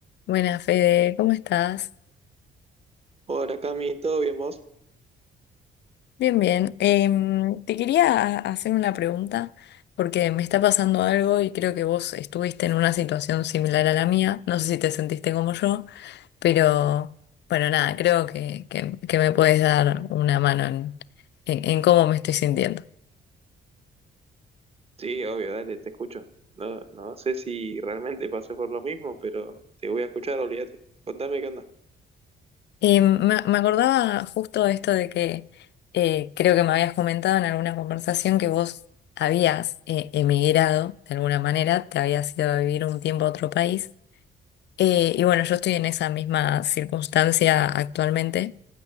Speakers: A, on the left; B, on the right.
A: Buenas, Fede, ¿cómo estás?
B: Hola Cami, ¿todo bien vos?
A: Bien, bien. Em, te quería hacer una pregunta porque me está pasando algo y creo que vos estuviste en una situación similar a la mía. No sé si te sentiste como yo, pero bueno, nada, creo que, que- que me puedes dar una mano en, en- en cómo me estoy sintiendo.
B: Sí, obvio, dale, te escucho. No, no sé si realmente pasé por lo mismo, pero te voy a escuchar, olvídate. Contame qué onda.
A: Em, me, me acordaba justo esto de que eh, creo que me habías comentado en alguna conversación que vos habías eh, emigrado de alguna manera, te habías ido a vivir un tiempo a otro país. Eh, y bueno, yo estoy en esa misma circunstancia actualmente.